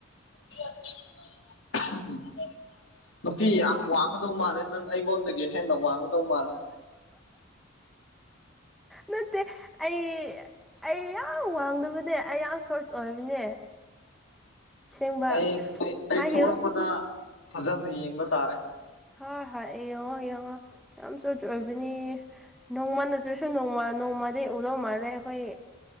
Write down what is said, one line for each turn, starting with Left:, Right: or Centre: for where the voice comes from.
Left: <inaudible> ꯅꯨꯄꯤꯤ ꯌꯥꯝ ꯋꯥꯡꯒꯗꯧ ꯃꯥꯜꯂꯦ ꯅꯪ ꯑꯩꯉꯣꯟꯗꯒꯤ ꯍꯦꯟꯅ ꯋꯥꯡꯒꯗꯧ ꯃꯥꯜꯂꯦ ꯍ
Centre: ꯅꯠꯇꯦ ꯑꯩ ꯑꯩ ꯌꯥꯝ ꯋꯥꯡꯗꯕ ꯅ ꯑꯩ ꯌꯥꯝ ꯁꯣꯔꯠ ꯑꯣꯏꯕꯅꯦ ꯑꯁꯦꯡꯕ
Left: ꯑꯩ ꯑꯩ
Centre: ꯍꯥꯏ
Left: ꯊꯣꯛꯂꯛꯄꯗ
Centre: ꯍꯤꯜꯁ
Left: ꯐꯖꯅ ꯌꯦꯡꯕ ꯇꯥꯔꯦ
Centre: ꯍꫭꯏ ꯍꫭꯏ ꯌꯦꯡꯉꯣ ꯌꯦꯡꯉꯣ ꯌꯥꯝ <unintelligible> ꯑꯣꯏꯕꯅꯤ ꯅꯣꯡꯃ ꯅꯠꯇ꯭ꯔꯁꯨ ꯅꯣꯡꯃꯥ ꯅꯣꯡꯃꯗꯤ ꯎꯗꯧ ꯃꯥꯜꯂꯦ ꯑꯩꯈꯣꯏ